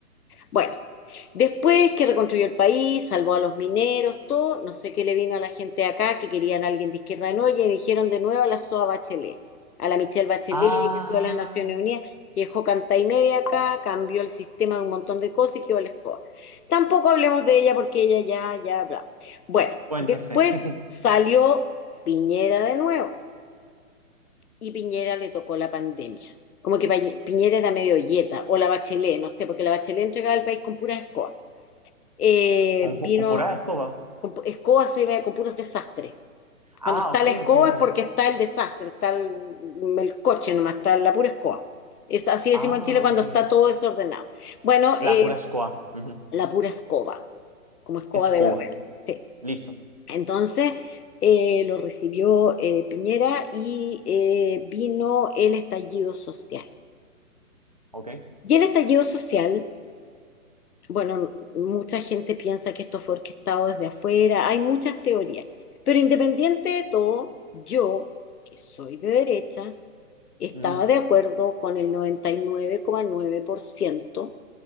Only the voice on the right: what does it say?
Ah,
cuéntase,
<laughs>
con, con
pura escoba.
Ah,
ok,
ok, ok.
Ah,
ok.
La
pura escoba, ujú,
Escoba,
listo,
ok.
Ujú.